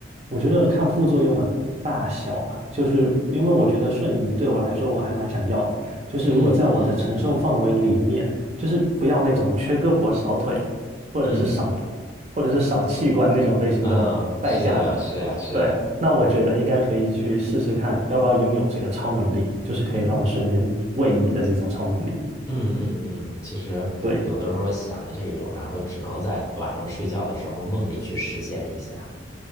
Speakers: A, on the right (about 35°); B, on the left (about 15°).
A: 我觉得看副作用的大小吧，就是因为我觉得瞬移对我来说我还蛮想要的，就是如果在我的承受范围里面，
B: 嗯嗯嗯
A: 就是不要那种缺胳膊少腿，或者是少
B: 嗯
A: 或者是少器官那种类型的代价的，
B: 嗯，是的，是呀，是呀。
A: 对，那我觉得应该可以去试试看，要不要拥有这个超能力，就是可以让我瞬间位移的这种超能力，
B: 嗯嗯嗯嗯，其实有的时候想的这一种，
A: 对，
B: 然后只能在晚上睡觉的时候梦里去实现一下。